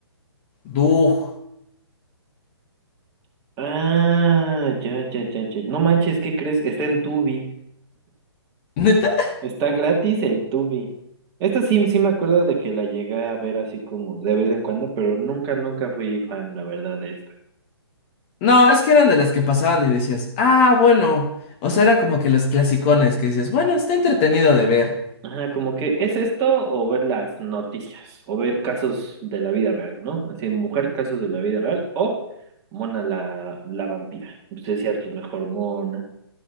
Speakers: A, on the left; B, on the right.
A: Doug.
B: Ah, ya, ya, ya, ya. No manches, ¿qué crees? Está en Tubi.
A: <laughs> ¿Neta?
B: Está gratis en Tubi. Esta sí, sí me acuerdo de que la llegué a ver así como de vez en cuando, pero nunca, nunca fui fan, la verdad, de esta.
A: No, es que eran de las que pasaban y decías, ah, bueno. O sea, eran como que los clasicones que dices, bueno, está entretenido de ver.
B: Ajá, como que es esto o ver las noticias o ver casos de la vida real, ¿no? Así, mujer, casos de la vida real o Mona la, la vampira. Pues decías, pues mejor Mona.